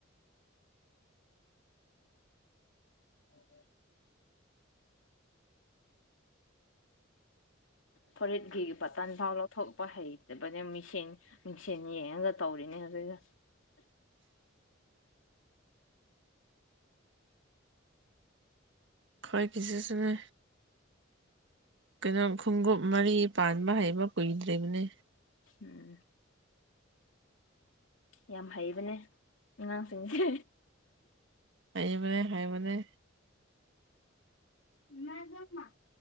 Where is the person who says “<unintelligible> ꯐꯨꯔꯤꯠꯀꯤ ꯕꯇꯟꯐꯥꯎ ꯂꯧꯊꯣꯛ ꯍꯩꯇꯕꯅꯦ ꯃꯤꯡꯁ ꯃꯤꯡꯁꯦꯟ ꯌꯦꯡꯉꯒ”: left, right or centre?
Left